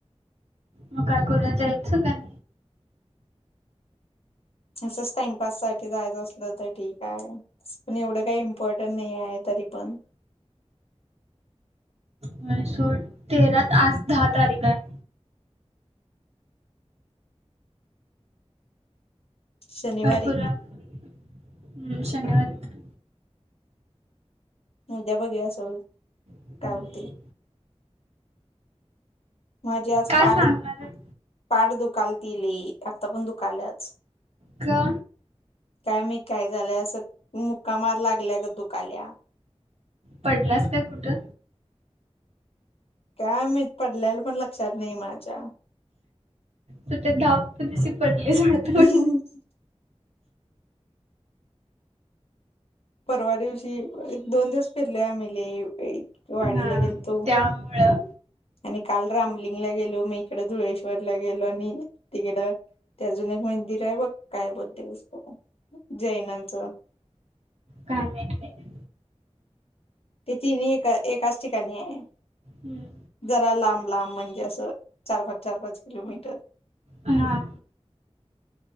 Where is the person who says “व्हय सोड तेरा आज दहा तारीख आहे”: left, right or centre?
Right